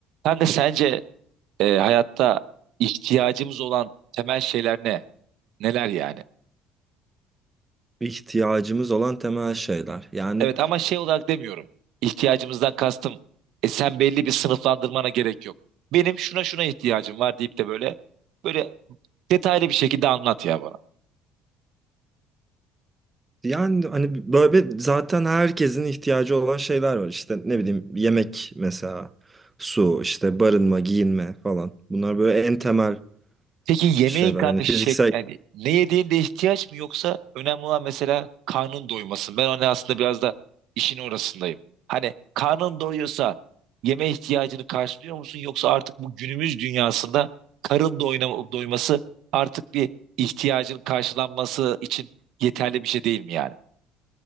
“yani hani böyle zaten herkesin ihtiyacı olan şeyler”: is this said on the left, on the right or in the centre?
Right